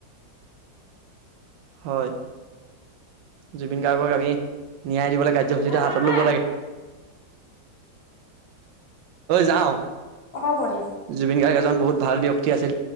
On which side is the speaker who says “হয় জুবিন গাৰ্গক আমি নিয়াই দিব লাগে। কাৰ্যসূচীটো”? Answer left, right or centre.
Right